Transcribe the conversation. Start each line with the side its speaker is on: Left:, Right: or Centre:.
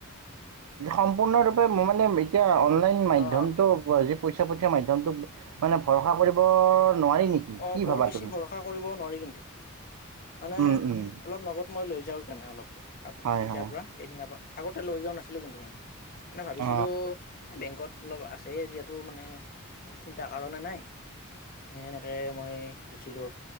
Right: সম্পূৰ্ণৰূপে মোৰ মানে, এতিয়া অনলাইন মাধ্যমটো
Left: অ
Right: যি পইচা পঠিওৱা মা টো, মানে ভৰসা কৰিব নোৱাৰি নেকি
Left: অ',
Right: কি
Left: বৰ
Right: ভাবা
Left: বেছি
Right: তুমি
Left: ভৰসা কৰিব নোৱাৰি কিন্তু। মানে
Right: উম, উম।
Left: অলপ নগদ মই লৈ যাওঁ কেণে অলপ, অলপ আগত
Right: হয়
Left: তেতিয়াৰ
Right: হয়
Left: পৰা সেইদিনাৰ পৰা আগতে লৈ যোৱা নাছিলোঁ কিন্তু মই। মানে ভাবিছিলোঁ
Right: অ,
Left: এই বেংকত অলপ আছেই যিহেতু মানে চিন্তাৰ কাৰণে নাই নে এ, মই গৈছিলোঁ